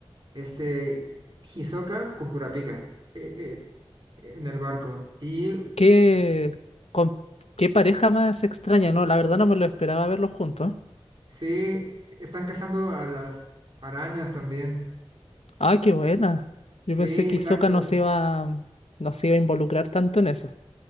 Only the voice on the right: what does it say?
este Hisoka con Kurapika eh, eh, en el barco y
Sí, están cazando a las arañas también.
Sí,
exacto.